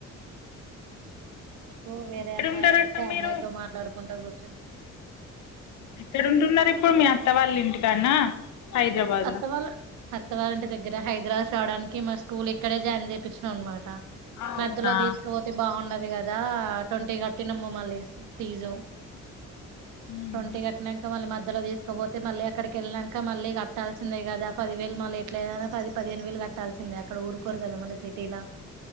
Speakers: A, on the right (about 80°); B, on the left (about 70°).
A: ఇపు వేరే
B: ఎక్కడ
A: అమ్మాయి
B: ఉంటారు
A: వస్తే
B: అక్క
A: ఆ
B: మీరు
A: అమ్మాయితో మాట్లాడుకుంటా కూర్చుంటా
B: ఎక్కడుంటున్నారు ఇప్పుడు మీ అత్త వాళ్ళ ఇంటికాడనా హైదరాబాద్లో
A: అత్త వాళ్ళ అత్తవాళ్లింటి దగ్గర హైదరాబాద్ రావడానికి మా స్కూల్ ఇక్కడే జాయిన్ చేయించాము అన్నమాట
B: అవునా
A: మధ్యలో తీసుకుపోతే బాగుండదు కదా ట్వంటీ గ ట్టినము మళ్ళీ ఫీజు
B: ఉమ్.
A: ట్వంటీ కట్టినంక మళ్ళ మ మధ్యలో తీసుకపోతే మళ్ళీ అక్కడికి వెళ్ళినంక మళ్ళీ కట్టాల్సిందే కదా పదివేలు మళ్ళీ ఎట్లా అయినా పది పదిహేను వేలు కట్టాల్సిందే అక్కడ ఊరుకోరు కదా మళ్ళీ సిటీలా